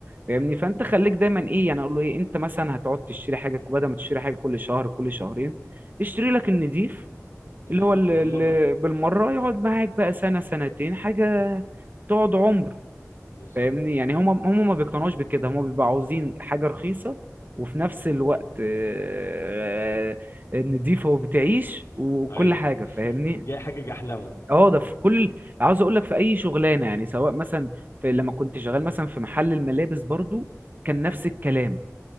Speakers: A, on the right (about 35°); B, on the left (about 60°).
A: فاهمني فانت خليك دايما ايه يعني اقول له ايه انت مثلا هتقعد تشتري حاجه بدل ما تشتري حاجه كل شهر كل شهرين اشتري لك النضيف
B: بالظبط
A: اللي هو اللي
B: بالمره
A: بالمره يقعد معاك بقى سنه سنتين حاجه تقعد عمر
B: بالظبط
A: فاهمني يعني هم هم ما بيقتنعوش بكده هم بيبقوا عاوزين حاجة رخيصة وفي نفس الوقت آه، آه، نضيفة وبتعيش وكل
B: ايوه
A: حاجة
B: <laughs>
A: فاهمني
B: جاي حاجه جحلمه
A: اه ده في كل عاوز اقول لك في اي شغلانة يعني سواء مثلا في لما كنت شغال مثلا في محل الملابس برضو كان نفس الكلام